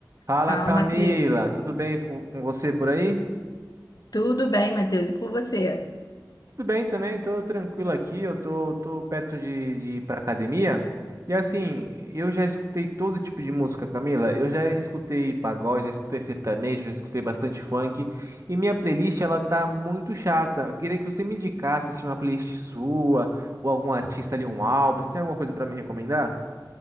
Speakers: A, on the right (about 45°); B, on the left (about 60°).
A: Fala
B: Fala,
A: Camila,
B: Matheus.
A: tudo bem po- com você por aí?
B: Tudo bem, Matheus? E com você?
A: Tudo bem também, tô tranquilo aqui, eu tô, tô perto de, de ir pra academia. E assim, eu já escutei todo tipo de música, Camila. Eu já escutei pagode, já escutei sertanejo, já escutei bastante funk. E minha playlist, ela tá muito chata. Eu queria que você me indicasse, assim, uma playlist sua, ou algum artista ali, um álbum. Você tem alguma coisa pra me recomendar?